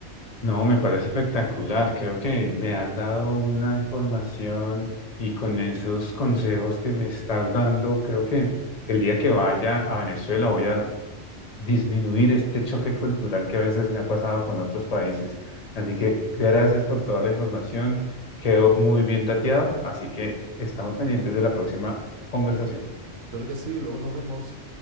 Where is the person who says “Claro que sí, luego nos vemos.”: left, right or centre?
Right